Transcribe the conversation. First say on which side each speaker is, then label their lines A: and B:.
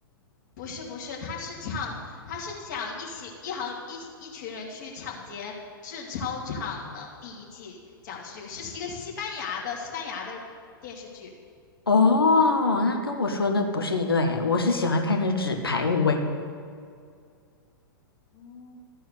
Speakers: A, on the left; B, on the left.
A: 不是不是，他是抢，他是抢一行一行一一群人去抢劫制钞厂的。第一季讲的是这个，是一个西班牙的西班牙的电视剧。
B: 哦，那跟我说那不是一个诶，我是喜欢看那《纸牌屋》诶。
A: 嗯